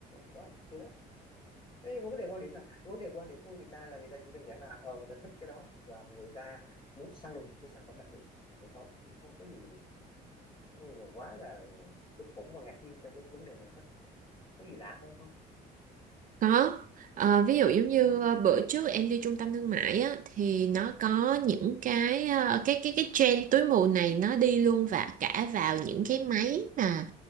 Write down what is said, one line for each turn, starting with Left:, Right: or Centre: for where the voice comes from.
Left: đó thì nó Cái vấn đề quan điểm là vấn đề quan điểm của người ta là người ta chỉ đơn giản là ờ người ta thích cái đó và người ta muốn săn lùng cái sản phẩm đặc biệt vậy thôi không không có gì ừ, quá là kinh khủng và ngạc nhiên trong cái vấn đề này hết có gì lạ hơn không
Right: Có, Ờ, ví dụ giống như
Left: nói đi
Right: ờ, bữa trước em đi trung tâm thương mại á, thì nó
Left: ừ.
Right: có những cái ờ, cái cái cái trend túi mù này nó đi luôn và cả vào những cái máy mà